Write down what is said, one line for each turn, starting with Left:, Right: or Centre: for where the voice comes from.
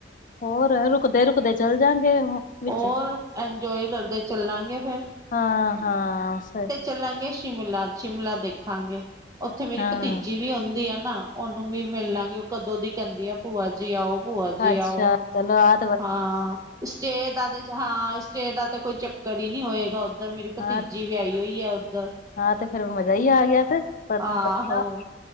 Left: ਹੋਰ ਰੁਕਦੇ- ਰੁਕਦੇ ਚੱਲ ਜਾਂਗੇ ਉਹ। ਵਿੱਚ
Right: ਹੋਰ, ਇੰਜੋਏ ਕਰਦੇ ਚੱਲਾਂਗੇ ਫੇਰ।
Left: ਹਾਂ-ਹਾਂ, ਸ
Right: ਚੱਲਾਂਗੇ ਸ਼ਿਮਲਾ, ਸ਼ਿਮਲਾ ਦੇਖਾਂਗੇ ਉੱਥੇ ਮੇਰੀ
Left: ਹਾਂ
Right: ਭਤੀਜੀ ਵੀ ਹੁੰਦੀ ਐ ਨਾ। ਉਹਨੂੰ ਵੀ ਮਿਲ ਲਾਂਗੀ ਉਹ ਕਦੋਂ ਦੀ ਕਹਿੰਦੀ ਆ ਭੂਆ ਜੀ ਆਓ, ਭੂਆ ਜੀ
Left: ਅੱਛਾ
Right: ਆਓ।
Left: ਚਲੋ ਐ
Right: ਹਾਂ ਸਟੇ ਦਾ ਤੇ ਇਦੇ 'ਚ, ਹਾਂ ਸਟੇ ਦਾ ਤੇ ਕੋਈ ਚੱਕਰ ਹੀ ਨਹੀਂ ਹੋਏਗਾ ਓਦ ਉਧਰ ਮੇਰੀ ਭਤੀਜੀ
Left: ਹਾਂ
Right: ਵਿਆਹੀ ਹੋਈ ਹੈ, ਉੱਧਰ
Left: ਹਾਂ, ਤੇ ਫੇਿਰ ਮਜ਼ਾ ਹੀ ਆ ਗਿਆ ਤੇ ਪਤਾ
Right: ਆਹੋ,
Left: ਨੀ ਲੱਗਦਾ